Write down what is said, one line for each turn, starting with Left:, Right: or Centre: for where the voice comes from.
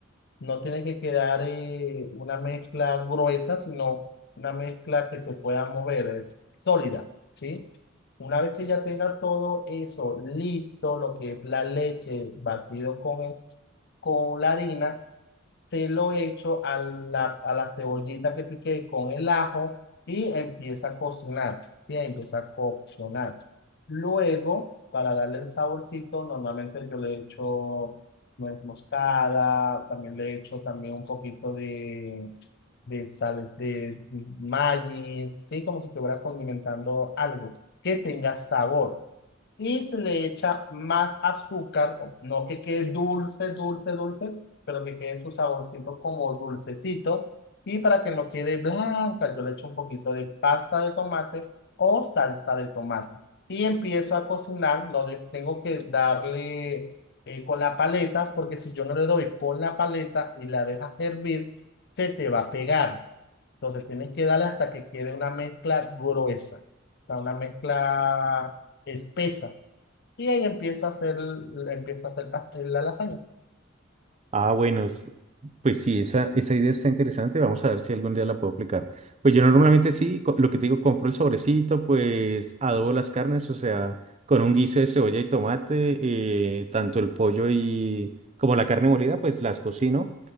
Left: No tiene que quedar eh, una mezcla gruesa, sino una mezcla que se pueda mover, es sólida, ¿sí? Una vez que ya tenga todo eso listo, lo que es la leche batido con el con la harina, se lo echo a la, a la cebollita que piqué con el ajo y empieza a cocinar, ¿sí? Empieza a coccionar. Luego, para darle el saborcito, normalmente yo le echo nuez moscada, también le echo también un poquito de, de sal, de mm, Maggi, ¿sí? Como si estuviera condimentando algo que tenga sabor y se le echa más azúcar, no que quede dulce, dulce, dulce, pero que quede su saborcito como dulcecito. Y para que no quede blanca, yo le echo un poquito de pasta de tomate o salsa de tomate. Y empiezo a cocinar, lo de- tengo que darle eh, con la paleta, porque si yo no le doy con la paleta y la dejas hervir, se te va a pegar. Entonces tienes que darle hasta que quede una mezcla gruesa, o sea, una mezcla espesa. Y ahí empiezo a hacer, empiezo a hacer pas- la lasaña.
Right: Ah, bueno, es- pues sí, esa, esa idea está interesante. Vamos a ver si algún día la puedo aplicar. Pues yo normalmente sí, co- lo que te digo, compro el sobrecito, pues adobo las carnes, o sea, con un guiso de cebolla y tomate, eh, tanto el pollo y como la carne molida, pues las cocino